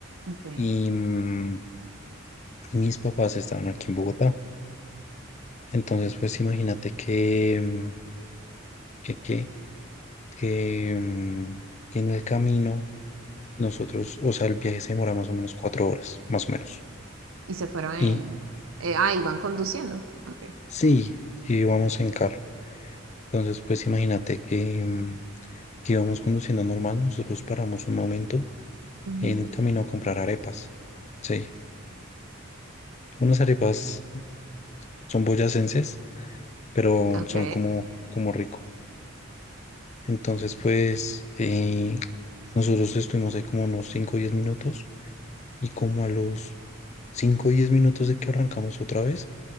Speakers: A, on the right; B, on the left.
A: Ok.
B: y, mm, y mis papás estaban aquí en Bogotá. Entonces, pues imagínate que, mm, que, que, que, mm, que en el camino nosotros, o sea, el viaje se demora más o menos cuatro horas, más o menos.
A: Y se fueron en...
B: Y
A: eh, ah, y van conduciendo. Ok.
B: sí, y íbamos en carro. Entonces, pues imagínate que, mm, que íbamos conduciendo normal, nosotros paramos un momento
A: Ujú.
B: en el camino a comprar arepas. Sí, unas arepas son boyacenses, pero
A: Ok.
B: son como, como rico. Entonces, pues, eh, nosotros estuvimos ahí como unos 5 o 10 minutos y como a los 5 o 10 minutos de que arrancamos otra vez,